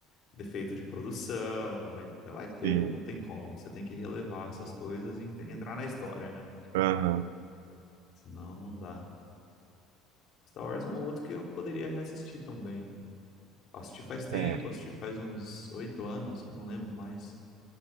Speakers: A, on the left; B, on the right.
A: defeito de produção, vai, vai ter,
B: Sim.
A: não tem como. Você tem que relevar essas coisas e ent- entrar na história, né?
B: Aham.
A: Senão não dá. Star Wars é um outro que eu poderia reassistir também. Assisti faz tempo,
B: É,
A: assisti faz uns oito anos, eu não lembro mais.